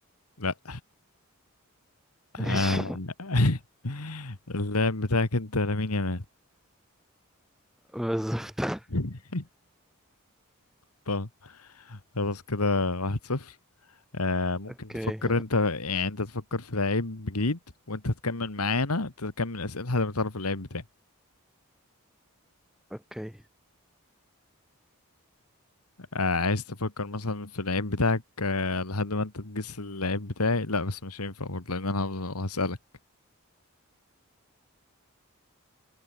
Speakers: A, on the left; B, in the centre.
A: لأ
B: ماشي
A: آه <laughs> اللاعب بتاعك أنت لامين يامال
B: <laughs> بالظبط
A: <laughs> طب خلاص كده واحد صفر آه ممكن
B: أوكي
A: تفكر انت يعني انت تفكر في لعيب جديد وانت تكمل معانا انت تكمل اسئله لحد ما تعرف اللعيب بتاعي
B: أوكي
A: آه عايز تفكر مثلا في اللعيب بتاعك آه لحد ما انت تجس اللعيب بتاعي لا بس مش هينفع برضه لان انا هفضل هسالك